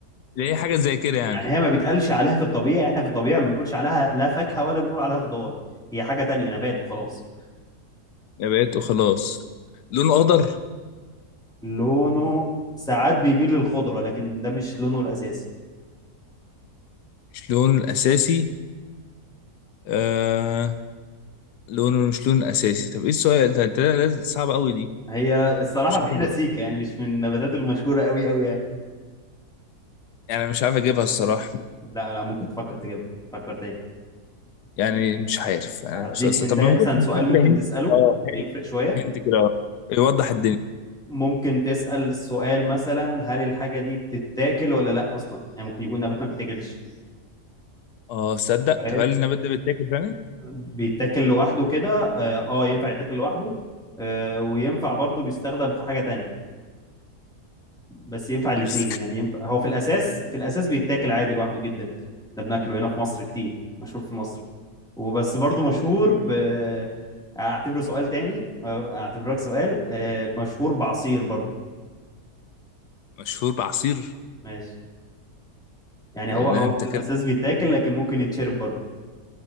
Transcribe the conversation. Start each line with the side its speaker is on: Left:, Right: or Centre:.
Left: اللي هي حاجة زي كده يعني
Centre: يعني هي ما بيتقالش عليها في الطبيعي احنا في الطبيعي ما بنقولش عليها لا فاكهة ولا بنقول عليها خضار هي حاجة تانية نبات وخلاص
Left: يا بقيت وخلاص لونه أخضر
Centre: لونه ساعات بيميل للخضرة لكن ده مش لونه الأساسي
Left: مش لونه الأساسي آه لونه مش لونه الأساسي طب إيه السؤال ده أنت لازم صعب أوي دي
Centre: هي الصراحة
Left: مش
Centre: بعيدة
Left: عارف أجيب-
Centre: سيكة يعني مش من النباتات المشهورة قوي قوي يعني
Left: يعني مش عارف أجيبها الصراحة
Centre: لا لا ممكن تفكر تجيبها فكر تاني
Left: يعني مش عارف انا
Centre: هديك
Left: مش أصلاً.
Centre: انت
Left: طب ممكن
Centre: مثلا
Left: تديني
Centre: سؤال ممكن
Left: كده هنت
Centre: تسأله
Left: اه
Centre: بيفرق
Left: هنت
Centre: شوية
Left: هنت كده آه. يوضح الدنيا
Centre: ممكن تسأل السؤال مثلا هل الحاجة دي بتتاكل ولا لا أصلا يعني ممكن يكون نبات ما بيتاكلش
Left: اه صدق
Centre: فاهم
Left: طب هل النبات ده بيتاكل فعلا
Centre: بيتاكل لوحده كده اه آه، ينفع يتاكل لوحده آه وينفع برضه بيستخدم في حاجة تانية بس ينفع الاتنين
Left: مش- <laughs>
Centre: يعني ينفع هو في الأساس في الأساس بيتاكل عادي لوحده جدا ده بناكله هنا في مصر كتير مشهور في مصر وبس برضه مشهور ب اعتبره سؤال تاني آه، اعتبرك سؤال آه، مشهور بعصير برضه
Left: مشهور بعصير
Centre: ماشي يعني
Left: يعني
Centre: هو هو
Left: انت
Centre: في
Left: كده
Centre: الأساس بيتاكل لكن ممكن يتشرب برضه